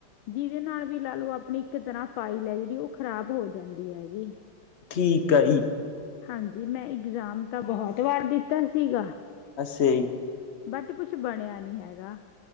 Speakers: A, on the left; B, on the left.
A: ਜਿਦੇ ਨਾਲ ਵੀ ਲਾ ਲੋ ਆਪਣੀ ਇੱਕ ਤਰ੍ਹਾਂ ਫਾਈਲ ਐ ਜੇੜੀ ਓ ਖ਼ਰਾਬ ਹੋ ਜਾਂਦੀ ਹੈਗੀ।
B: ਠੀਕ ਆ ਈ।
A: ਹਾਂਜੀ, ਮੈਂ ਇਗਜ਼ਾਮ ਤਾਂ ਬੋਹਤ ਵਾਰ ਦਿੱਤਾ ਸੀਗਾ।
B: ਅਸਯਾ ਜੀ।
A: ਬਟ ਕੁੱਛ ਬਣਿਆ ਨੀ ਹੈਗਾ।